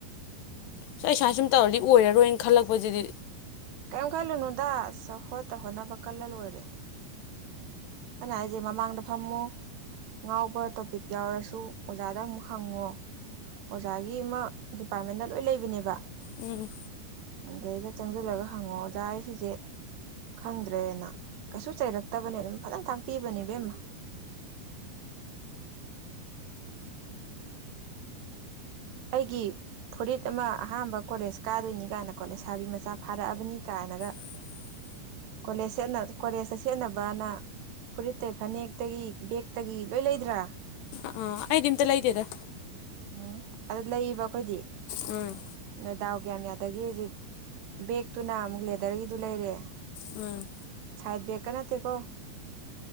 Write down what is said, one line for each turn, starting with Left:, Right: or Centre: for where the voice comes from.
Left: ꯑꯁ ꯑꯩ ꯁꯨꯃꯥꯏꯅ ꯁꯨꯝ ꯇꯧꯔꯗꯤ ꯑꯣꯏꯔꯔꯣꯏꯅ ꯈꯜꯂꯛꯄꯁꯤꯗꯤ
Right: ꯀꯩꯝ ꯈꯜꯂꯨꯅꯨꯗ ꯑꯁ ꯍꯣꯠꯅ ꯍꯣꯠꯅꯕ ꯀꯜꯂ ꯂꯣꯏꯔꯦ ꯑꯩꯅ ꯍꯥꯏꯁꯦ ꯃꯃꯥꯡꯗ ꯐꯝꯃꯨ ꯉꯥꯎꯕ ꯇꯣꯄꯤꯛ ꯌꯥꯎꯔꯁꯨ ꯑꯣꯖꯥꯗ ꯑꯃꯨꯛ ꯍꯪꯉꯣ ꯑꯣꯖꯥꯒꯤ ꯑꯃ ꯗꯤꯄꯥꯔꯠꯃꯦꯟꯗ ꯂꯣꯏ ꯂꯩꯕꯅꯦꯕ
Left: ꯎꯝ
Right: ꯑꯗꯩꯗ ꯆꯪꯁꯤꯜꯂꯒ ꯍꯪꯉꯣ ꯑꯣꯖꯥ ꯑꯩ ꯁꯤꯁꯦ ꯈꯪꯗ꯭ꯔꯦꯅ ꯀꯩꯁꯨ ꯆꯩꯔꯛꯇꯕꯅꯦ ꯑꯗꯨꯝ ꯐꯖꯅ ꯇꯥꯛꯄꯤꯕꯅꯦ ꯏꯕꯦꯝꯃ ꯑꯩꯒꯤ ꯐꯨꯔꯤꯠ ꯑꯃ ꯑꯍꯥꯟꯕ ꯀꯣꯂꯦꯖ ꯀꯥꯗꯣꯏꯅꯤ ꯀꯥꯏꯅꯀꯣ ꯂꯩꯁꯥꯕꯤ ꯃꯆꯥ ꯐꯥꯔꯛꯑꯕꯅꯤ ꯀꯥꯏꯅꯒ
Left: ꯑꯣ <unintelligible>
Right: ꯀꯣꯂꯦꯖ ꯁꯠꯅ ꯀꯣꯂꯦꯖꯇ ꯁꯦꯠꯅꯕꯅ ꯐꯨꯔꯤꯠꯇꯩ ꯐꯅꯦꯛꯇꯒꯤ ꯕꯦꯛꯇꯒꯤ ꯂꯣꯏ ꯂꯩꯗ꯭ꯔꯥ
Left: ꯑꯥ ꯑꯩꯗꯤ ꯑꯝꯇ ꯂꯩꯗ‌ꯦꯗ
Right: ꯎꯝ ꯑꯗ ꯂꯩꯏꯕ ꯑꯩꯈꯣꯏꯗꯤ
Left: ꯎꯝ
Right: ꯅ ꯗꯥꯎ ꯀꯌꯥꯝ ꯌꯥꯗꯒꯦꯖ‌ꯦ ꯕꯦꯛꯇꯨꯅ ꯑꯃꯨꯛ ꯂꯦꯗꯔꯒꯤꯗꯨ ꯂꯩꯔꯦ
Left: ꯎꯝ
Right: ꯁꯥꯏꯠ ꯕ‌ꯦꯛꯀ ꯅꯠꯇꯦ ꯀꯣ